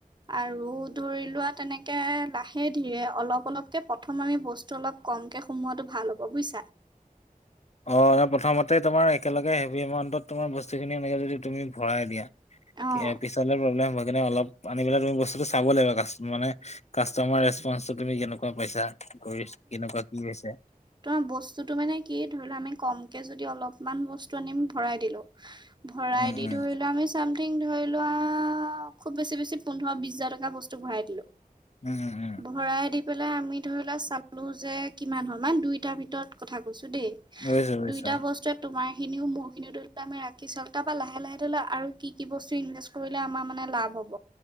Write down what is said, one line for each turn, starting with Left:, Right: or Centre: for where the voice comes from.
Right: আৰু ধৰি লোৱা তেনেকে লাহে ধীৰে অলপ অলপকে প্ৰথম আমি বস্তু অলপ কমকে সোমোৱাাটো ভাল হ'ব বুজিছা
Left: অঁ ন প্ৰথমতেই তোমাৰ একেলগে হেভি এমাউণ্টত তোমাৰ বস্তুখিনি এনেকৈ যদি তুমি ভৰাই দিয়া
Right: অ',
Left: পিছলে প্ৰব্লেম হয় কিনে অলপ আনি পেলাই তুমি বস্তুটো চাব লাগিব কা মানে কাষ্টমাৰ ৰেচপন্ঞ্চটো তুমি কেনেকুৱা পাইছা কৰি কেনেকুৱা কি হৈছে
Right: তো বস্তুতটো মানে কি ধৰি লোৱা আমি কমকে যদি অলপমান বস্তু আনিম ভৰাই দিলো ভৰাই
Left: উম
Right: দি
Left: উম
Right: ধৰিলো আমি চামথিং ধৰি লোৱা খুব বেছি বেছি পোন্ধৰ বিশ হাজাৰ টকা বস্তু ভৰাই দিলো
Left: উম উম উম
Right: ভৰাই দি পেলাই আমি ধৰি লওক চালোঁ যে কিমান হল আমাৰ দুইটাৰ ভিতৰত কথা কৈছোঁ দেই
Left: বুজিছো বুজিছো
Right: দুইটা বস্তুত তোমাৰ খিনিও মোৰ খিনি আমি ৰাখি চাওঁ তাৰপৰা লাহে লাহে ধলে আৰু কি কি বস্তু ইনভে কৰিলে আমাৰ মানে লাভ হব